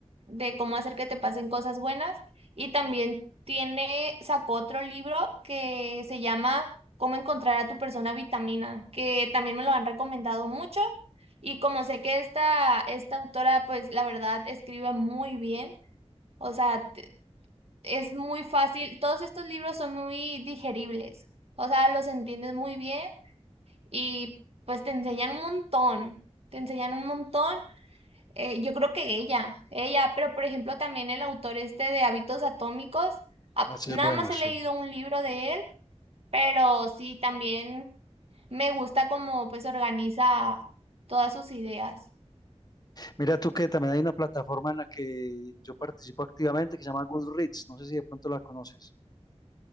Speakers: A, on the right; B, on the left.
A: de cómo hacer que te pasen cosas buenas. Y también tiene, sacó otro libro que se llama Cómo encontrar a tu persona vitamina, que también me lo han recomendado mucho. Y como sé que esta, esta autora, pues la verdad, escribe muy bien, o sea, te- es muy fácil. Todos estos libros son muy digeribles, o sea, los entiendes muy bien y pues te enseñan un montón, te enseñan un montón. Eh, yo creo que ella, ella, pero por ejemplo también el autor este de Hábitos Atómicos, a-
B: Ese
A: nada
B: es bueno,
A: más he
B: sí.
A: leído un libro de él, pero sí también me gusta cómo pues organiza todas sus ideas.
B: Mira tú que también hay una plataforma en la que yo participo activamente que se llama Goodreads. No sé si de pronto la conoces.